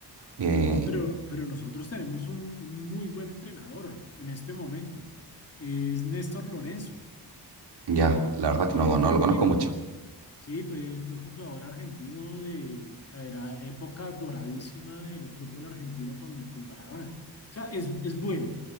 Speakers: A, on the right; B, on the left.
A: Eh,
B: Oh, pero, pero nosotros tenemos un, un muy buen entrenador en este momento. Es Néstor Lorenzo,
A: ya,
B: que es,
A: la verdad que
B: que
A: no,
B: es argentino.
A: no lo conozco mucho.
B: Sí, fue, fue jugador argentino de, o sea, era época doradísima del fútbol argentino con, con Maradona. O sea, es, es bueno.